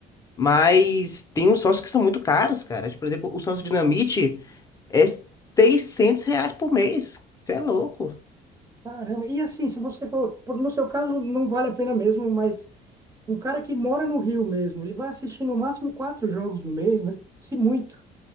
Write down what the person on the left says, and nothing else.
Mas tem uns sócios que são muito caros, cara. Tipo, por exemplo, o sócio Dinamite é 600 reais por mês. Você é louco.